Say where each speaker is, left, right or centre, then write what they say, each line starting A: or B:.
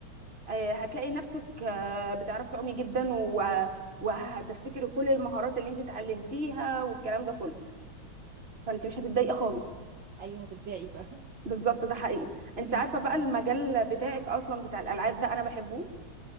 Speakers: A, on the right (about 30°); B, on the right (about 65°).
A: إيه هتلاقي نفسك آه، بتعرفي تعومي جدا و- وهتفتكري كل المهارات اللي انت اتعلمتيها والكلام ده كله فانت مش هتتضايقي خالص
B: ايوه هتبدعي فاهم
A: بالظبط ده حقيقي
B: <laughs> فهمتك
A: انت عارفه بقى
B: اه
A: المجال بتاعك اصلا بتاع الالعاب ده انا بحبه